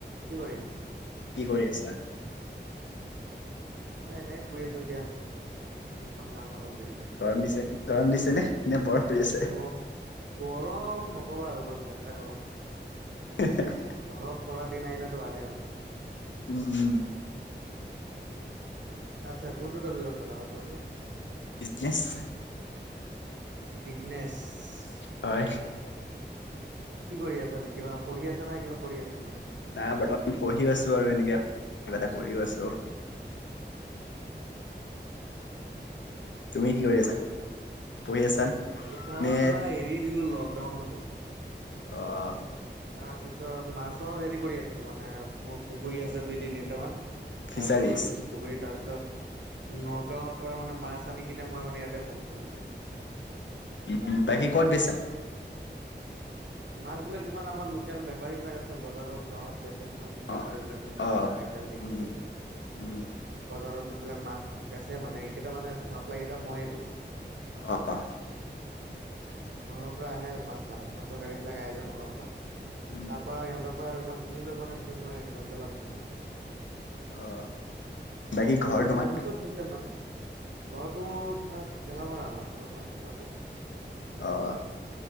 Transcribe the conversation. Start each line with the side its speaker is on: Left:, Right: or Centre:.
Right: কি কৰি আছ
Left: কি কৰি আছা?
Right: অহ এনে শুই আছো এতিয়া জিমত যাম অলপ দেৰিকে
Left: গৰম দিছে গৰম দিছে নে নে বৰফ পৰি আছে
Right: গ গৰম নকবা আৰু বৰ লেতেৰা গৰম দিছে
Left: হেহু হে
Right: বৰফ পৰা দিন আহিলেতো ভালে হ'লে হয়
Left: উম উম
Right: আচ্ছা কোনটো টপিকত কথা পাতোঁ আমি
Left: বিজনেচ
Right: বিজনেছ
Left: হয়।
Right: এটা কি কৰি আছা কিবা পঢ়ি আছা না কিবা কৰি আছা বিজনেছ
Left: আ বৰ্তমান পঢ়িও আছো আৰু এনেকে কিবা এটা কৰিও আছো
Right: অহ
Left: তুমি
Right: আচ্ছা
Left: কি কৰি আছা, পঢ়ি আছা
Right: মইতো পঢ়া
Left: নে
Right: শুনা এৰি দিলো লকডাউনতেই
Left: অহ
Right: তাৰ পিছত মাছৰ হেৰি কৰি আছিলো মানে মোৰ পুখুৰী আছে দুই তিনিটা মান
Left: ফিচাৰিজ?
Right: আৰু লৈ থৈছো পুখুৰীত তাৰপিছত নগাঁৱৰ পৰা মানে মাছ আনি কিনে মই মানে ইয়াতে হলচেল দি দিও
Left: উম,
Right: ৰাতিপুৱা
Left: বাকী ক'ত বেচা?
Right: মাছ বিলাক যিমান আমাৰ লোকেল বেপাৰী বিলাক আছে বজাৰত গাঁৱত বে কিছুমান বেপাৰী
Left: অ'
Right: বিলাক যোনবিলাক
Left: অ'।
Right: চাইকেল দেখি
Left: উম,
Right: লৈ কিনে
Left: উম,
Right: বজাৰত যোনবিলাক মাছ বেচে মানে এইকেইটা মানে চাপ্লাই কেইটা মইয়ে দিওঁ
Left: অহ
Right: নগাঁৱৰ পৰা আহে মাছ মাছৰ গাড়ী বিলাক আহে যে নগাঁৰ পৰা
Left: উম,
Right: তাৰ পৰা সিহঁতৰ পৰা মই কিনি লৈ মানে পিছত মই হলচেলত বিক্ৰী কৰো
Left: অহ বাকী ঘৰ তোমাৰ
Right: মিচন চিষ্টেম মানে ঘৰটো ধৰা ঠেলামৰা আমাৰ ঠেলামৰা চেণ্টাৰ
Left: অহ